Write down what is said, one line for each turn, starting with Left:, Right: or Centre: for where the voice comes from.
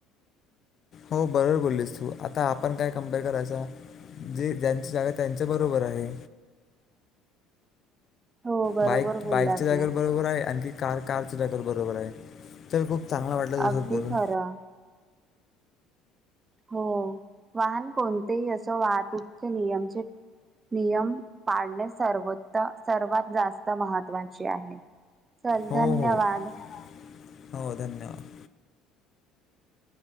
Left: हो बरोबर बोललीस तू, आता आपण काय कम्पेअर करायचा? जे ज्यांचे एहे त्यांच्भे बरोबर आहे.
Right: हो बरोबर
Left: बाईक
Right: बोलला
Left: बाइकच्या जागेवर
Right: तू
Left: बरोबर आहे, आणखी कार कारच्या जागेवर बरोबर आहे. तर खूप चांगला वाटलं तुझ्या
Right: अगदी
Left: सोबत बोलून.
Right: खरं हो वाहन कोणतेही असो, वाहतूकचे नियमचे नियम पाळणे सर्वात जास्त महत्त्वाचे आहे.. चल
Left: हो,
Right: धन्यवाद
Left: हो, हो धन्यवाद